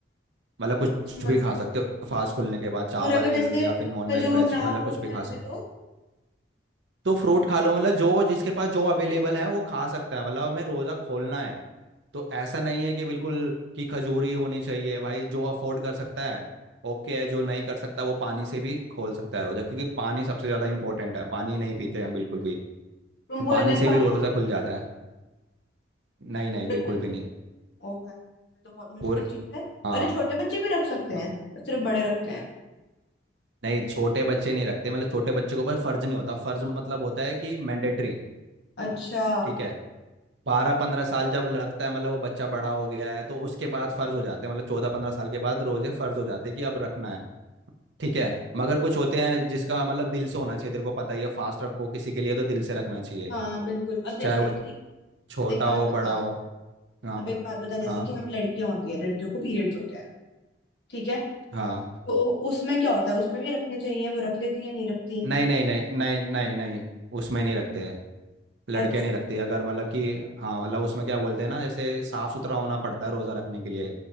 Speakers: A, on the right; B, on the left.
A: मतलब कुछ
B: समझ
A: भी खा सकते हो फास्ट खुलने के बाद चावल
B: और अगर जैसे
A: या फिर नॉन
B: खजूर
A: वेज वेज
B: ना हो
A: मतलब कुछ
B: उस
A: भी
B: टाइम
A: खा सकते
B: पे तो
A: हो। तो फ्रूट खा लो मतलब जो जिसके पास जो अवेलेबल है वो खा सकता है मतलब हमें रोज़ा खोलना है तो ऐसा नहीं है कि बिल्कुल कि खजूरी होनी चाहिए भाई जो अफोर्ड कर सकता है ओके है जो नहीं कर सकता वो पानी से भी खोल सकता है रोजा क्योंकि पानी सबसे ज्यादा इंपॉर्टेंट है पानी नहीं पीते हम बिल्कुल भी
B: तुम
A: तो
B: पूरे
A: पानी
B: दिन
A: से
B: पानी
A: भी रोजा
B: नहीं पीते
A: खुल जाता
B: हो
A: है नहीं नहीं
B: पूरे
A: बिल्कुल
B: दिन
A: भी नहीं
B: ओ भाई ये तो बहुत मुश्किल
A: पूरे
B: चीज है
A: हाँ
B: और ये छोटे बच्चे भी रख सकते
A: हाँ।
B: हैं सिर्फ बड़े रखते हैं
A: नहीं छोटे बच्चे नहीं रखते मतलब छोटे बच्चे के ऊपर फर्ज नहीं होता फर्ज मतलब होता है कि मैंडेटरी
B: अच्छा
A: ठीक है बारह पंद्रह साल जब लगता है मतलब वो बच्चा बड़ा हो गया है तो उसके बाद फर्ज हो जाते हैं मतलब चौदह पंद्रह साल के बाद रोजे फर्ज हो जाते हैं कि अब रखना है ठीक है मगर कुछ होते हैं जिसका मतलब दिल से होना चाहिए तेरे को पता ही है फास्ट रखो किसी के लिए तो दिल से रखना चाहिए
B: हाँ बिल्कुल अब जैसे
A: चाहे वो
B: कि
A: छोटा
B: एक बात
A: हो
B: बता
A: बड़ा हो हाँ
B: अब
A: बो-
B: एक बात बता जैसे
A: हाँ
B: कि हम लड़कियां होती है लड़कियों को पीरियड्स होते हैं ठीक है
A: हाँ
B: तो उसमें क्या होता है उसमें भी रखने चाहिए वो रख लेती है नहीं रखती
A: नहीं नहीं नहीं नहीं नहीं नहीं उसमें नहीं रखते लड़कियां
B: अच्छा
A: नहीं रखती अगर मतलब कि हाँ मतलब उसमें क्या बोलते हैं ना जैसे साफ सुथरा होना पड़ता है रोजा रखने के लिए